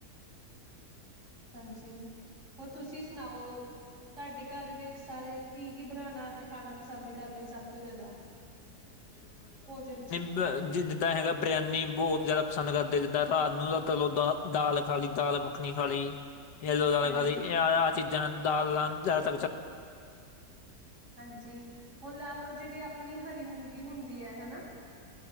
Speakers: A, on the right; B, on the left.
A: ਹਾਂਜੀ ਹੋਰ ਤੁਸੀਂ ਸੁਣਾਓ ਤੁਹਾਡੇ ਘਰ ਵਿੱਚ ਸਾਰੇ ਕੀ ਕੀ ਬਣਾਉਣਾ? ਤੇ ਖਾਣਾ ਪਸੰਦ ਕਰਦੇ ਨੇ ਸਭ ਤੋਂ ਜ਼ਿਆਦਾ ਭੋਜਨ ਚ?
B: ਦਾ ਜਿੱਦਾਂ ਹੈਗਾ ਬਰਿਆਨੀ ਬਹੁਤ ਜ਼ਿਆਦਾ ਪਸੰਦ ਕਰਦੇ ਜਿੱਦਾਂ ਰਾਤ ਨੂੰ ਚਲੋ ਦਾਲ ਦਾਲ ਖਾ ਲਈ ਦਾਲ ਮੱਖਣੀ ਖਾ ਲਈ। ਯੇਲੋ ਦਾਲ
A: ਹਾਂਜੀ
B: ਖਾਲੀ ਆ ਆਹ ਚੀਜ਼ਾਂ ਦਾਲਾਂ ਜਿਆਦਾ ਤਾਕਤ
A: ਹਾਂਜੀ ਹੁਣ ਲਾ ਲਓ ਜਿਹੜੀ ਆਪਣੀ ਹਰੀ ਮੂੰਗੀ ਹੁੰਦੀ ਹੈ ਹਨਾ?